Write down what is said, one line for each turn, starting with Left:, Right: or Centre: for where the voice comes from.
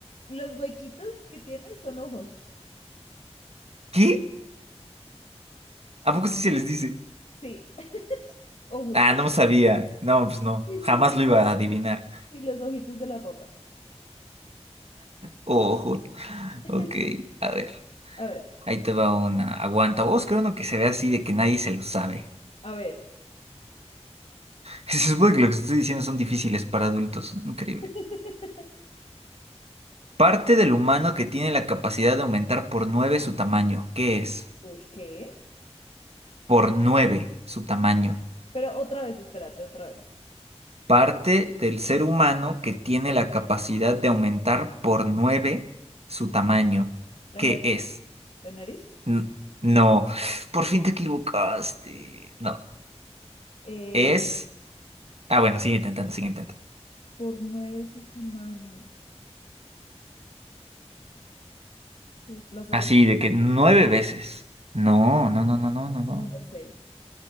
Left: Los huequitos que tiene son ojos.
Right: ¿Qué? ¿A poco sí se les dice?
Left: Sí, ojos.
Right: Ah, no sabía. No, pues no.
Left: Sí,
Right: Jamás
Left: sí,
Right: lo iba a adivinar.
Left: sí, los ojitos de la papa.
Right: Ojo.
Left: <laughs>
Right: Ok, a ver.
Left: A ver,
Right: Ahí te va una. Aguanta. Vos creo uno que se ve así de que nadie se lo sabe.
Left: a ver.
Right: Se supone que lo que estoy diciendo son difíciles para adultos. Increíble.
Left: <laughs>
Right: Parte del humano que tiene la capacidad de aumentar por nueve su tamaño. ¿Qué es?
Left: Uy, ¿qué?
Right: Por 9 su tamaño.
Left: Pero otra vez, espérate, otra vez.
Right: Parte del ser humano que tiene la capacidad de aumentar por 9 su tamaño.
Left: La
Right: ¿Qué
Left: nariz,
Right: es?
Left: la nariz.
Right: N- no. Por fin te equivocaste. No.
Left: Eh,
Right: Es... Ah, bueno, sigue intentando, sigue intentando.
Left: por nueve su tamaño. Por las orejas.
Right: Así de que nueve veces. No, no, no, no, no, no, no.
Left: No, no sé.